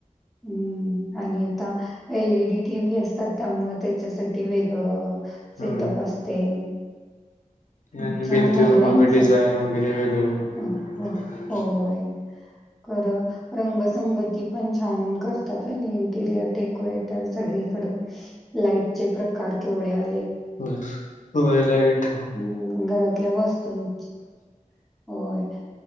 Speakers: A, in the centre; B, on the left.
A: हम्म आणि‌. एलईडी टी व्ही असतात? त्यामुळें त्याच्यासाठी वेगळं. सेटप
B: होय
A: असते. हं.
B: आणि
A: छान
B: भिंतीवर
A: झालंय होय
B: माग
A: नि
B: डिझाईन
A: सगळं.
B: वगैरे वेगळं.
A: अ, हो, होय. खरं रंगसंगती पण छान करतातय इंटिरियर डेकोरेट. सगळीकडून लाईट. चे प्रकार केवढ्या.
B: होय होय लाइट.
A: हं, घरातल्या वस्तूंची- होय.